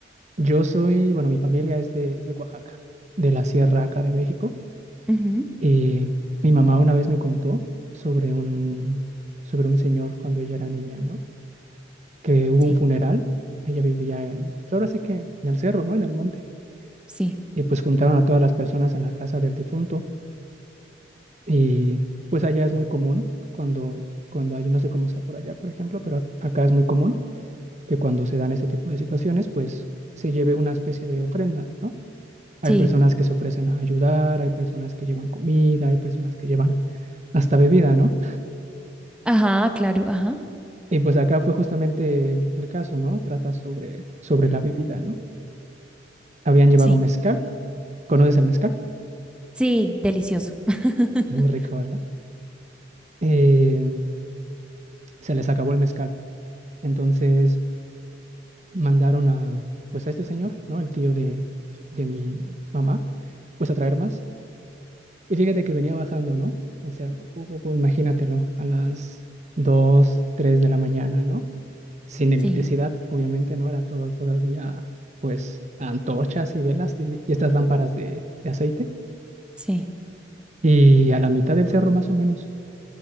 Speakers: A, on the right (about 40°); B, in the centre.
A: yo soy, bueno, mi familia es de, es de Oaxaca, de la sierra acá de México.
B: Ujú,
A: Y mi mamá una vez me contó sobre un, sobre un señor cuando ella era niña, ¿no? Que hubo
B: Sí,
A: un funeral. Ella vivía en, pues ahora sí que en el cerro, ¿no? En el monte
B: sí,
A: y pues juntaron a todas las personas en la casa del difunto y pues allá es muy común cuando, cuando hay, no sé cómo sea por allá, por ejemplo, pero a- acá es muy común que cuando se dan este tipo de situaciones, pues se lleve una especie de ofrenda, ¿no? Hay
B: sí.
A: personas que se ofrecen a ayudar, hay personas que llevan comida, hay personas que llevan hasta bebida, ¿no?
B: Ajá, claro, ajá.
A: Y pues acá fue justamente el caso, ¿no? Trata sobre, sobre la bebida, ¿no? Habían llevado
B: Sí,
A: mezcal, ¿conoces el mezcal?
B: sí, delicioso. <laughs>
A: Es muy rico, ¿verdad? Eh, se les acabó el mezcal. Entonces mandaron a, pues a este señor, ¿no? El tío de, de mi mamá, pues a traer más. Y fíjate que venía bajando, ¿no? El cerro, pu, pu, pu, imagínatelo, a las 2, 3 de la mañana, ¿no? Sin electricidad,
B: Sí,
A: obviamente, ¿no? Era todo todavía, pues, antorchas y velas de, y estas lámparas de, de aceite.
B: sí.
A: Y a la mitad del cerro, más o menos,